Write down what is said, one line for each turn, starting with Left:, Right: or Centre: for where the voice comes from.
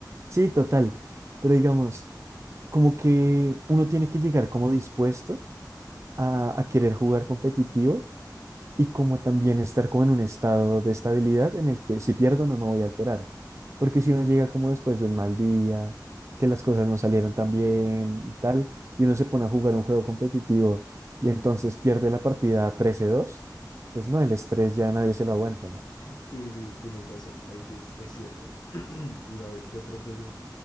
Right: Sí, total. Pero digamos, como que uno tiene que llegar como dispuesto a, a querer jugar competitivo y como también estar como en un estado de estabilidad en el que si pierdo no me voy a alterar. Porque si uno llega como después de un mal día, que las cosas no salieron tan bien y tal, y uno se pone a jugar un juego competitivo y entonces pierde la partida trece dos pues no, el estrés ya nadie se lo aguanta.
Left: Sí, sí, tienes razón. Ahí sí es, es cierto. <clears throat> Iba a ver qué otro juego,